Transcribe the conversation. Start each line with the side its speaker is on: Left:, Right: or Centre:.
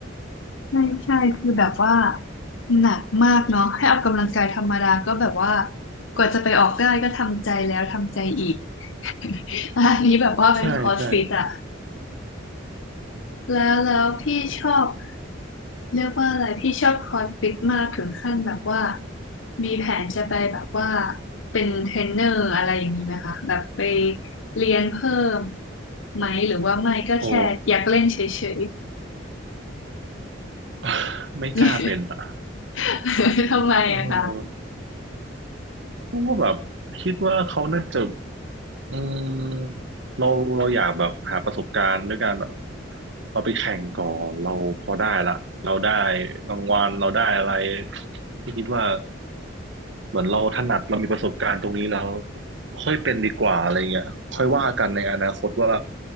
Left: ใช่ใช่คือแบบว่าหนักมากเนาะแค่ออกกำลังกายธรรมดาก็แบบว่ากว่าจะไปออกได้ก็ทำใจแล้วทำใจอีก <laughs> อันนี้แบบว่าเป็นคอร์สฟิตอะ
Right: ใช่ใช่
Left: แล้วแล้วพี่ชอบเรียกว่าอะไรพี่ชอบคอร์สฟิตมากถึงขั้นแบบว่ามีแผนจะไปแบบว่าเป็นเทรนเนอร์อะไรอย่างนี้ไหมคะแบบไปเรียนเพิ่มไหมหรือว่าไม่ก็แค่อยากเล่นเฉย
Right: โอ้ <sighs> <laughs>
Left: ๆ
Right: ไม่กล้าเป็นอ่ะ
Left: <laughs> ทำไมอะคะ
Right: เออเพราะว่าแบบคิดว่าเขาน่าจะ อืมเราเราอยากแบบหาประสบการณ์ด้วยการแบบเราไปแข่งก่อนเราพอได้ละเราได้รางวัลเราได้อะไรที่คิดว่าเหมือนเราถนัดเรามีประสบการณ์ตรงนี้แล้วค่อยเป็นดีกว่าอะไรเงี้ยค่อยว่ากันในอนาคตว่า